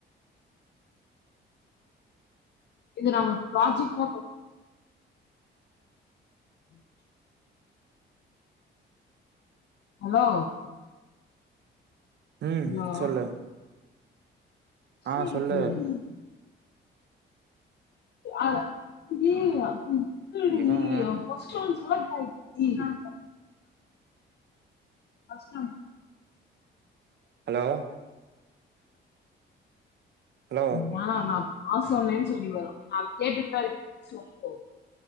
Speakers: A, on the left; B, on the right.
A: இது நாம ப்ராஜெக்ட் பண்ணு ம் ஹலோ
B: ம்
A: ஹலோ
B: சொல்லு
A: <unintelligible>
B: ஆ சொல்லு
A: <unintelligible>
B: இவன்
A: கஷ்டம்
B: ஹலோ ஹலோ
A: நான் நா சொன்னேன்னு சொல்லி வரு நா கேட்டுட்தா இருக்கே சொல்ல